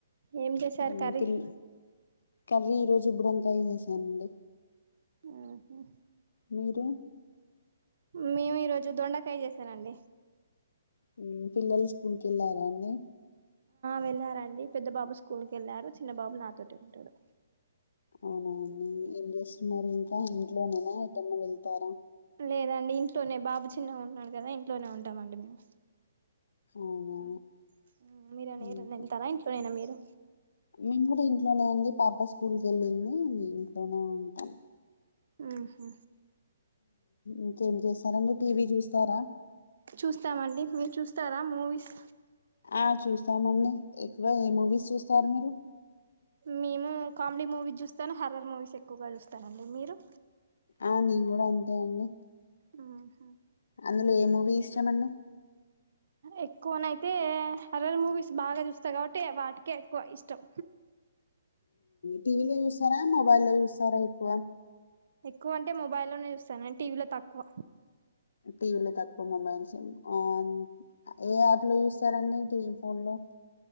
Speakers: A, on the right; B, on the left.
A: ఏం చేశారు
B: మ్,
A: కర్రీ
B: పిల్ కర్రీ ఈరోజు ఇబ్బుడువంకాయ చేశానండి
A: ఉ హ్మ్మ్
B: మీరు
A: మేము ఈరోజు దొండకాయ చేసానండి
B: మ్, పిల్లలు స్కూల్కి వెళ్ళారా అండి
A: వెళ్లారండి పెద్ద బాబు స్కూల్కి వెళ్ళారు చిన్న బాబు నాతోటే ఉంటాడు
B: అవునండి ఏం చేస్తున్నారు ఇంకా ఇంట్లోనేనా ఎటన్నా వెళ్తారా
A: లేదండి ఇంట్లోనే బాబు చిన్నగా ఉన్నాడు కదా ఇంట్లోనే ఉంటామండి మేము
B: అవునా
A: ఉ మీర
B: ఇంకా
A: ఏరనా వెళ్తారా ఇంట్లోనైనా మీరు
B: మేము కూడా ఇంట్లోనే అండి పాప స్కూల్కి వెళ్ళింది ఇంట్లోనే ఉంటాం
A: ఉ ఉహు
B: ఇంకేం చేస్తారండి టీవీ చూస్తారా
A: చూస్తామండి మీరు చూస్తారా మూవీస్
B: ఆ చూస్తామండి ఎక్కువ ఏ మూవీస్ చూస్తారు మీరు
A: మేము కామెడీ మూవీస్ చూస్తాను హర్రర్ మూవీస్ ఎక్కువగా చూస్తానండి మీరు
B: ఆ నేను కూడా అంతే అండి
A: అ హ
B: అందులో ఎ మూవి ఇష్టమండి
A: ఎక్కువనైతే హరర్ మూవీస్ బాగా చూస్తా కాబట్టి వాటికే ఎక్కువ ఇష్టం
B: టీవీలో చూస్తారా మొబైలో చూస్తారా ఎక్కువ
A: ఎక్కువ అంటే మొబైల్లోనే చూస్తాను టీవీలో తక్కువ
B: టీవిల తక్కు మొబైల్స్లో హం ఎ అ ఎట్లా చూస్తారండి టీవీ ఫోన్ లో